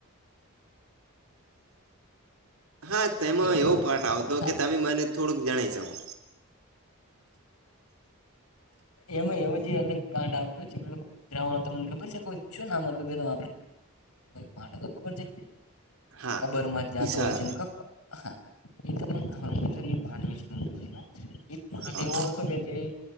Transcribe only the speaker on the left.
એક પેલો
હા
એમાં એવું જ અલગ કંડ આવતો છે એ ત્રાવણ તમને ખબર છે કોઈ શુંને આમ હતું કે આપડેણ માટે તો ખબર છે?
કબર માં જ
જતો હોય છે ને ક. હા, એ તમે હ એ એ પાઠ વિશેય પાઠ
એ કે જે